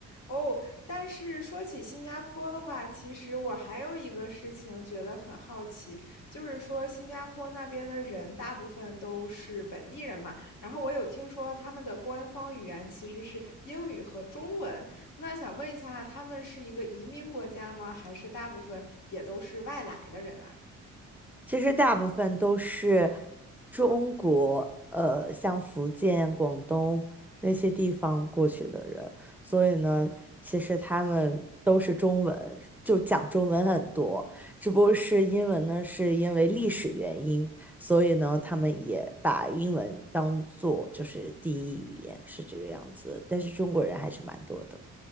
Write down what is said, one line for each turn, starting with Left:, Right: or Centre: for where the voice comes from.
Left: 哦，但是说起新加坡的话，其实我还有一个事情觉得很好奇，就是说新加坡那边的人大部分都是本地人嘛，然后我有听说他们的官方语言其实是英语和中文，那想问一下，他们是一个移民国家吗？还是大部分也都是外来的人啊？
Centre: 其实大部分都是中国，呃，像福建、广东那些地方过去的人，所以呢，其实他们都是中文，就讲中文很多。只不过是英文呢，是因为历史原因，所以呢，他们也把英文当做就是第一语言，是这个样子。但是中国人还是蛮多的。